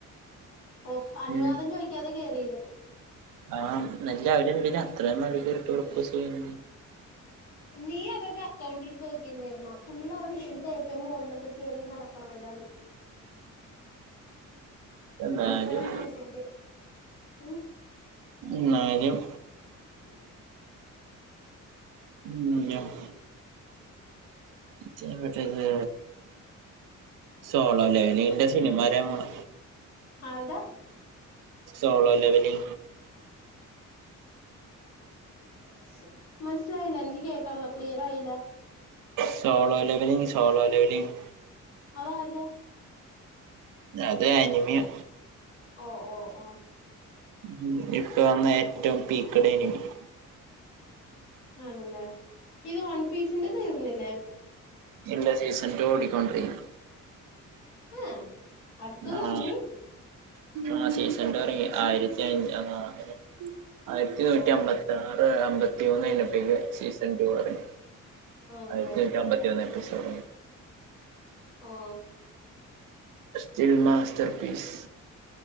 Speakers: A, on the left; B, on the right.
A: ഓഹ് അനുവാദം
B: ഉം
A: ചോയ്ക്കാതെ കേറിത്
B: ആഹ് എന്നാലും അവരെന്തിനാ അത്രേം മേളി കേറീട്ട് പ്രപോസെയ്യണത്
A: നീ അവരുടെ അക്കൗണ്ടെടുത്ത് നോക്കില്ലേർന്ന? ഫുള്ള് അവർ ഇങ്ങനത്തെ ഏറ്റവും മോണിലൊക്കെ കേറി നട <unintelligible>
B: എന്നാലും
A: ഞാപ്പെടെ <unintelligible> ഉം
B: ന്നാലും
A: ഉം
B: ഉം <unintelligible> ജ്ജ് എവിടെത് സോളോ ലേളീന്റെ സിനിമാ വരാൻ പോണ്
A: ആര്ടാ
B: സോളോ ലെവല്
A: <unintelligible> സ മനസ്സിലായില്ല എനിക്ക് കേക്കണില്ല ക്ലിയറായില്ല
B: സോളോ ലെവലിംഗ് സോളോ ലെവലിംഗ്
A: അത് ആരുടെയാ
B: ല്ല അത് അനിമിയോ
A: ഓഹ് ഓഹ് ഓഹ്
B: മ്ഹ് ഇപ്പ അന്ന് ഏറ്റവും പീക്ക് <unintelligible>
A: ആണല്ലേ ഇത് വൺ പീസിന്റെ തീർന്നില്ലേ
B: എന്റെ സീസൺ ടു ഓടി ക്കൊണ്ടിരിക്ക്ണ്
A: ഏഹ് അടുത്തത്
B: ആഹ്
A: ഇറങ്ങി
B: ആഹ് സീസൺ ടു എറങ്ങി ആയിരത്തി <unintelligible> ആയിരത്തിനൂറ്റി
A: ഓ
B: അമ്പത്തി ആറ് അമ്പത്തി മൂന്ന് കഴിഞ്ഞപ്പഴേക്കും സീസൺ ടു എറങ്ങി
A: ആണല്ലേ
B: അയിന്റെയൊക്കെ അമ്പത്തി മൂന്ന് എപ്പിസോഡോ?
A: ഓഹ്
B: സ്റ്റിൽ മാസ്റ്റർ പീസ്